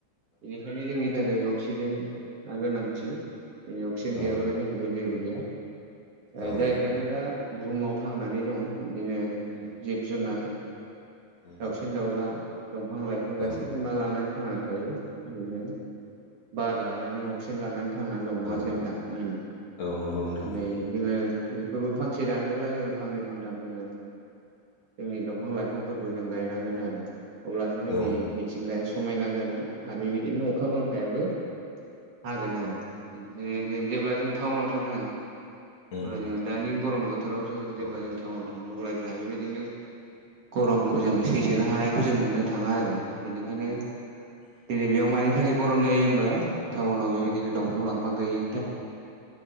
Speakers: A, on the right; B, on the left.
A: बेनिखायनो जोंनि थाखाय अक्सिजेनआ गोनांथि। दिनै अक्सिजेन
B: औ
A: गैयाबाला जोंहाबो जेबो गैया।
B: औ
A: ओ जायफ्रानो दा बुहुमाव थांनानै दं बिदिनो
B: उम
A: जिब जुनार
B: उम
A: दाउसिन दाउला दंफां लाइफां गासिबो
B: औ
A: मा लानानै थांनानै थायो बिरनो बार लानानै अक्सिजेन लानानै। थांनानै दं नङासै
B: औ
A: नोंथां? ओम
B: औ नंगौ नोंथां
A: दिनै जोङो बेफोरखौ फांसे दानोब्ला जोङो फांनै फांथाम जोङो जोंनि दंफां लाइफांफोरखौ जों गायनांगोन आरो। अब्लासो जोंनि
B: औ उम
A: मिथिंगाया समायना जागोन आरो बिदिनो अखा बांखायाबो हागोन आरो। बेनिखायनो जों जेब्ला जों टाउनाव थाङो
B: औ
A: अब्ला जों दानि गरम बोथोराव ज' जेब्ला
B: औ
A: जों टाउनाव थाङो अब्ला जोंहा बेबायदिनो गरमखौ जोङो सैसोनो हानायखौ जों मोननो थाङा आरो बेनिखायनो दिनै बेयाव मानि थाखाय गरम जायो होमब्ला टाउनाव बेबायदिनो दंफां लांफां गैयिनि थाख